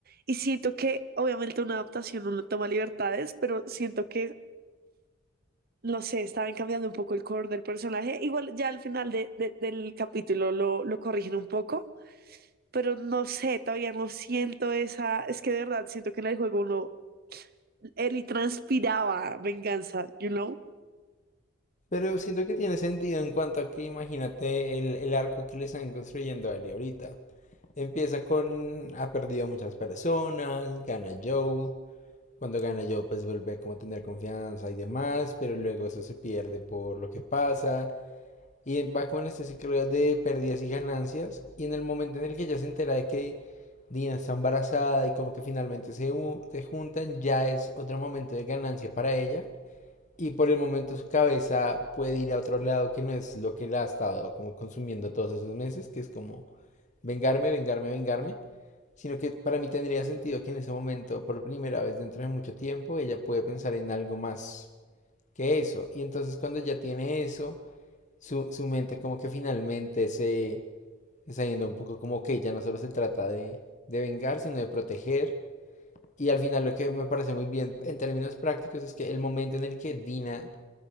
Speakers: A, on the right (about 50°); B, on the left (about 40°).
A: y siento que obviamente una adaptación no toma libertades, pero siento que, no sé, estaban cambiando un poco el core del personaje. Igual ya al final de- de- del capítulo lo, lo corrigen un poco, pero no sé, todavía no siento esa, es que de verdad siento que en el juego no, Ellie transpiraba venganza, you know?
B: Pero siento que tiene sentido en cuanto a que imagínate el, el arco que le están construyendo a él ahorita. Empieza con ha perdido muchas personas, gana Joel, Cuando gana Joe, pues vuelve como a tener confianza y demás, pero luego eso se pierde por lo que pasa. Y va con este ciclo de pérdidas y ganancias. Y en el momento en el que ya se entera de que Dina está embarazada y como que finalmente se, u- se juntan, ya es otro momento de ganancia para ella. Y por el momento su cabeza puede ir a otro lado que no es lo que la ha estado como consumiendo todos esos meses, que es como vengarme, vengarme, vengarme, sino que para mí tendría sentido que en ese momento, por primera vez dentro de mucho tiempo, ella puede pensar en algo más que eso. Y entonces cuando ya tiene eso, su, su mente como que finalmente se está yendo un poco como que ya no solo se trata de, de vengar, sino de proteger. Y al final lo que me parece muy bien en términos prácticos es que el momento en el que Dina